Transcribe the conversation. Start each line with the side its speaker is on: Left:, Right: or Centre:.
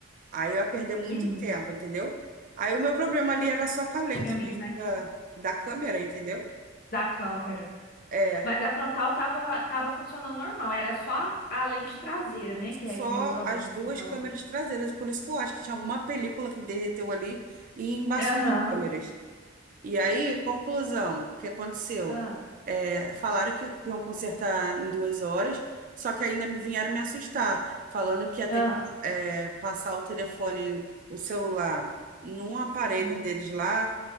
Right: aí eu ia perder muito
Left: Sim,
Right: tempo, entendeu? Aí o meu problema ali era só com a lente
Left: sim, amiga,
Right: mesmo
Left: mas
Right: da, da câmera, entendeu?
Left: da câmera.
Right: É
Left: Mas a frontal tava, tava funcionando normal, era só a, a lente traseira, né?
Right: Só
Left: Que é que deu o problema
Right: as duas
Left: que você falou.
Right: câmeras traseiras. Por isso que eu acho que tinha alguma película que derreteu ali e embaçou
Left: Aham,
Right: as câmeras. E aí, conclusão, o que aconteceu?
Left: ah,
Right: É, falaram que iam consertar em duas horas, só que ainda me vieram me assustar, falando que ia ter
Left: ah,
Right: que é, passar o telefone, o celular, num aparelho
Left: hum,
Right: deles lá,